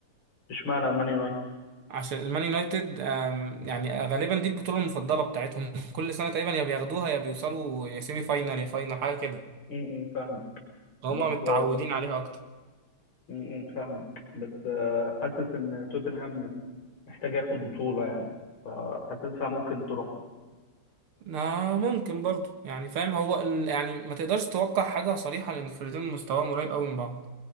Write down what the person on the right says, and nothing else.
عشان المان يونايتد آم، يعني غالبا دي البطوله المفضله بتاعتهم <laughs> كل سنه تقريبا يا بياخدوها يا بيوصلوا يا سيمي فاينال يا فاينال حاجه كده
هما
متعودين عليها اكتر
آه ممكن برضو يعني فاهم هو ال- يعني ما تقدرش توقع حاجه صريحه لان الفريقين مستواهم قريب قوي من بعض